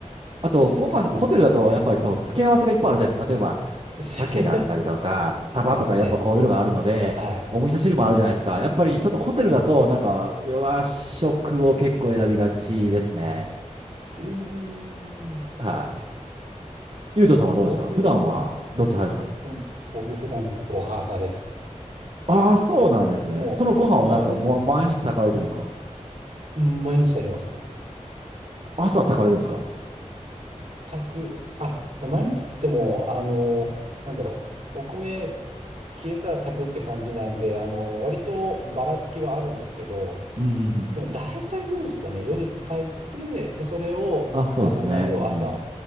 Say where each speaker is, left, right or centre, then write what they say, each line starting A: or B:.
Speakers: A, on the right; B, on the right.
A: あと、
B: 確かに。
A: ご飯、ホテルだと、
B: はい。
A: やっぱりその付け合わせがいっぱいあるじゃないですか。例えば、
B: <laughs>
A: 鮭だったりとか、
B: そ
A: サバとか、
B: うですね。
A: やっぱこういうのがあるので、
B: はい。
A: お味噌汁もあるじゃないですか。やっぱりちょっとホテルだと、
B: はい。
A: なんか、和食を結構選びがちですね。
B: うーん、
A: はい。ゆうとさんはどうですか普段は、
B: 僕、
A: どっち派ですか
B: うん、僕普段ご飯派です。
A: ああー、そうなんですね。
B: もう、
A: そのご飯を何ですかもう毎日炊かれてるんですか
B: もうあの、毎日炊いてます。
A: 朝炊かれるんですか
B: 炊く、あ、まあ毎日っつっても、あの、なんだろう、お米切れたら炊くって感じなんで、あの、割とばらつきはあるんですけど、
A: うんうんうんうん。
B: でも大体夜ですかね、夜炊いて、で、それを、
A: あ、そうですね。
B: あの、余りを朝、
A: うん。